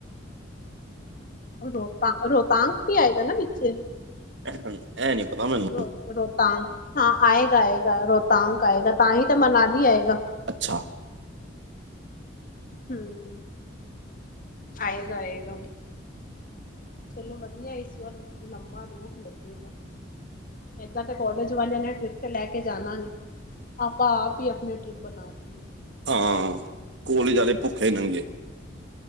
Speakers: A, on the left; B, on the right.
A: ਰੋਹਤਾ ਰੋਹਤਾਂਗ ਹੀ ਆਏਗਾ ਨਾ ਵਿੱਚ।
B: ਏਹ ਗਲ, ਇਹ ਨੀਂ ਪਤਾ ਮੈਨੂੰ।
A: ਰੋ ਰੋਹਤਾਂਗ ਹਾਂ ਆਏਗਾ -ਆਏਗਾ ਰੋਹਤਾਂਗ ਆਏਗਾ ਤਾਂ ਹੀ ਤਾਂ ਮਨਾਲੀ ਆਏਗਾ।
B: ਅੱਛਾ!
A: ਹੂੰ, ਆਏਗਾ, ਆਏਗਾ। ਚਲੋ ਵਧੀਆ ਇਸ ਵਾਰ ਲੰਬਾ ਰੂਟ ਲੱਗੇਗਾ। ਏਦਾਂ ਤਾਂ ਕੋਲਜ ਵਾਲਿਆਂ ਨੇ ਟ੍ਰਿਪ ਤੇ ਲੈ ਕੇ ਜਾਣਾ ਨੀਂ। ਆਪਾਂ ਆਪ ਹੀ ਆਪਣੀ ਟਰਿਪ ਬਣਾ ਲਈਏ।
B: ਹਾਂ, ਕੋਲੇ ਜਿਆਦੇ ਭੁੱਖੇ ਨੰਗੇ।